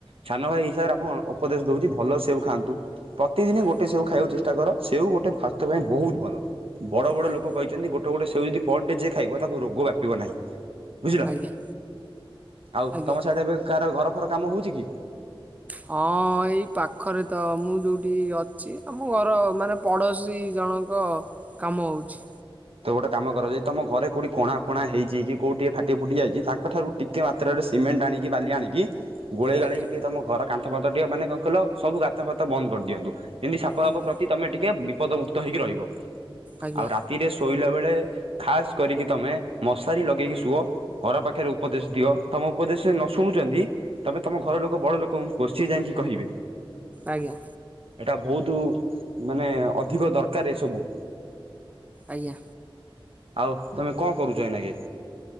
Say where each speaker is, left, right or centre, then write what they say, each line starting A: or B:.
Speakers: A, on the right; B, on the right.
A: ସାନ ଭାଇ ହିସାବରେ ଆପଣ ଉପଦେଶ ଦଉଚି ଭଲ ସେଉ ଖାଆନ୍ତୁ। ପ୍ରତିଦିନି
B: ଆଜ୍ଞା
A: ଗୋଟେ ସେଉ ଖାଇବାକୁ ଚେଷ୍ଟା କର ସେଉ ଗୋଟେ ସ୍ଵାସ୍ଥ୍ୟ ପାଇଁ ବହୁତ୍ ଭଲ। ବଡ ବଡ
B: ଆଜ୍ଞା
A: ଲୋକ କହିଚନ୍ତି ଗୋଟେ ଗୋଟେ ସେଉ ଯଦି ପଟଡେ ଯେ ଖାଇବ ତାକୁ ରୋଗ ବ୍ୟାପିବ ନାହିଁ। ବୁଝିଲ
B: ଆଜ୍ଞା
A: ଆଉ
B: ଆଜ୍ଞା
A: ତମ ସେଆଡ଼େ ଏବେ କାହାର ଘର ଫର କାମ ହେଉଚି କି?
B: ହଁ ଏଇ ପାଖରେ ତ ମୁଁ ଯୋଉଠି ଅଛି ଆମ ଘର ମାନେ ପଡ଼ୋଶୀ ଜଣଙ୍କ କାମ ହୋଉଚି।
A: ତ ଗୋଟେ କାମ କର ଯେ ତମ ଘରେ କୋଉଠି କଣା ଫଣା ହୋଇଚି କି କୋଉଠି ଟିକେ ଫାଟି ଫୁଟି ଯାଇଚି ତାଙ୍କଠାରୁ ଟିକିଏ ମାତ୍ରାରେ ସିମେଣ୍ଟ ଆଣିକି ବାଲି ଆଣିକି ଗୋଳେଇ
B: ଆଜ୍ଞା
A: ଗାଳିକି ଟିକେ ତମ ଘର କାନ୍ଥ ଫାତ ଟିକେ ମାନେ କଣ କଇଲ ସବୁ ଗାତ ଫାତ ବନ୍ଦ କରିଦିଅନ୍ତୁ। ଏମିତି ସାପ ଫାପ
B: ଆଜ୍ଞା
A: ପ୍ରତି ତମେ ଟିକେ ବିପଦ ମୁୁକ୍ତ ହେଇକି ରହିବ
B: ଆଜ୍ଞା
A: ଆଉ ରାତିରେ ଶୋଇଲା ବେଳେ ଖାସ୍ କରିକି ତମେ ମଶାରୀ ଲଗେଇକି ଶୁଅ। ଘର ପାଖରେ ଉପଦେଶ ଦିଅ ତମ ଉପଦେଶ ନ ଶୁଣୁଛନ୍ତି। ତମେ ତମ ଘର ଲୋକ ବଡ ଲୋକଙ୍କୁ କୁହ ସିଏ ଯାଇକି କହିବେ।
B: ଆଜ୍ଞା।
A: ଏଇଟା ବହୁତ ମାନେ ଅଧିକ ଦରକାର ଏସବୁ।
B: ଆଜ୍ଞା।
A: ଆଉ ତମେ କଣ କରୁଚ ଏଇନାଗେ?